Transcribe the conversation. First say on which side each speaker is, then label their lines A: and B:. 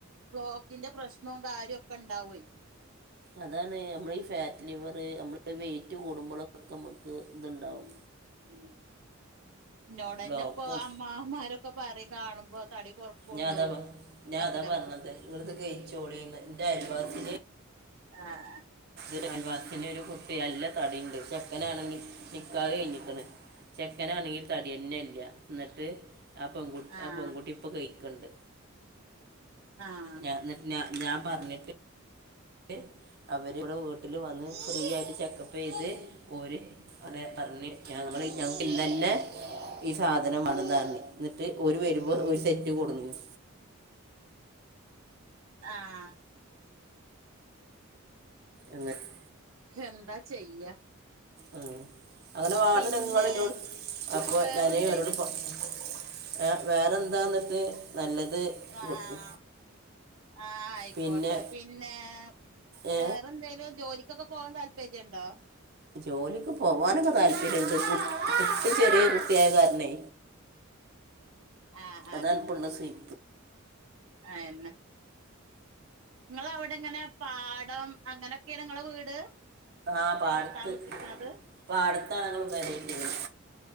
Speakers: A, on the right (about 70°); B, on the right (about 50°).
A: ബ്ലോക്കിന്റെ പ്രശ്നവും കാര്യവും ഒക്കെ ണ്ടാവേ
B: അതാണ് നമ്മള് ഈ ഫാറ്റ് ലിവറ് നമ്മള് വെയിറ്റ് കൂടുമ്പോളൊക്കെ നമ്മുക്ക് ഇത്ണ്ടാവും
A: ഉം എന്നോടന്നെ
B: ബ്ലോക്കും
A: ഇപ്പോ അമ്മാമാരൊക്കെ പറയും, കാണുമ്പോ തടി. കൊറപ്പുണ്ടോ
B: ഞാതാ പ
A: എന്നൊക്കെ
B: ഞാതാ
A: ഇങ്ങനെ
B: പറഞ്ഞത് നിങ്ങളിത് കയിച്ചോളീന്ന് എന്റെ അയൽവാസിനിം
A: ആഹ് ആഹ്
B: ഇത് അയൽവാസിന്റെ ഒരു കുട്ടി നല്ല തടിണ്ട് ചെക്കനാണെങ്കിൽ നിക്കാഹ്‌ കഴിഞ്ഞിക്ക്ണ് ചെക്കനാണെങ്കിൽ തടിന്നെല്ല്യ എന്നിട്ട് ആ പെൺകു
A: ആഹ്
B: ആ പെൺകുട്ടി ഇപ്പ കഴിക്ക്ണ്ട്
A: ആഹ്
B: ഞ എന്നിട്ട് ഞ ഞാൻ പറഞ്ഞിട്ട്. ട്ട് അവരിവിടെ വീട്ടിൽ വന്ന് ഫ്രീ ആയിട്ട് ചെക്കപ്പ് ചെയ്ത് ഓര് അതെ അറഞ്ഞ് ഞങ്ങ പറയും ഞങ്ങക്കിന്നന്നെ ഈ സാധനം വേണൊന്നറഞ്ഞ്. എന്നിട്ട് ഓര് വരുമ്പോ ഒരു സെറ്റ് കൊണുന്നേന്ന്
A: ആഹ... !
B: അങ്ങെ <unintelligible>
A: ഹെന്താ ചെയ്യാ
B: ഉം അങ്ങനെ വാടന്ന
A: പിന്നെ
B: രംഗങ്ങ എന്നോട് അപ്പൊ
A: വേറെന്തേലും
B: ഞാനേ അവരോട് പോ <unintelligible> ആ വേറെ എന്താന്നിട്ട് നല്ലത്
A: ആഹ് ആഹ്
B: കൊടുത്തു
A: ആ ആയിക്കോട്ടെ
B: പിന്നെ
A: പിന്നെ
B: ഏ,
A: വേറെന്തേലും ജോലി ഇതൊക്കെ പോവാൻ താല്പര്യണ്ടോ?
B: ജോലിക്ക് പോവാനൊക്കെ താല്പര്യണ്ട് കുട്ടി ചെറിയകുട്ടി ആയ കാരണേ
A: ആഹ്
B: അതാ പ്പുള്ള സീൻ.
A: ആ എന്ന ഇങ്ങള് അവിടെ ഇങ്ങനെ പാടം അങ്ങനെയൊക്കെയാ ഇങ്ങളെ വീട്.
B: ആ
A: ഇപ്പൊ
B: പാടത്ത്
A: താമസിക്കണത്
B: പാടത്താണ് ഞങൾ പെര കെട്ടിയേക്കണെ.